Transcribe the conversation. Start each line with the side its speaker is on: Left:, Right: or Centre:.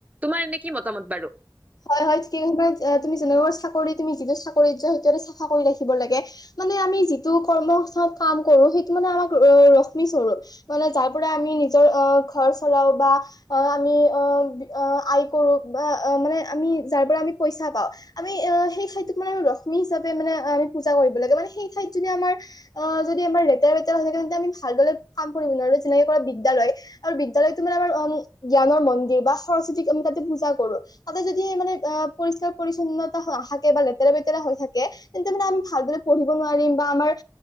Right: তোমাৰ এনে কি মতামত বাৰু
Left: হয় হয়িকবাই তুমি জ তুমি যিটো চাকৰিত যোৱা সেইটো চাফা কৰি ৰাখিব লাগে মানে আমি যিটো কৰ্ম চব কাম কৰো সেইটো মানে আমাক ৰশ্মি স্বৰূপ মানে যাৰ পৰা আমি নিজৰ অ ঘৰ চলাও বা অ আমি অ আই কৰো বা মানে আমি যাৰ পৰা আমি পইচা পাওঁ আমি আহ সেই ঠাইতোক মানে লক্ষ্মী হিচাপে মানে আমি পূজা কৰিব লাগে মানে সেই ঠাইত যদি আমাৰ অ যদি আমাৰ লেতেৰা বেতেৰা হৈ থাক তেন্তে আমি ভালদৰে কাম কৰিব নোৱাৰো যেনেকে কৰা বিদ্যালয় আৰু বিদ্যালয় তোমাৰ মাৰ অম জ্ঞানৰ মন্দিৰ বা সৰস্বতীক আমি তাতে পূজা কৰো তাতে যদি মানে অ পৰিষ্কাৰ পৰি ন্নতা নাথাকে বা লেতেৰা লেতেৰা হৈ থাকে তেন্তে মানে আমি ভালদৰে পঢ়িব নোৱাৰিম বা আমাৰ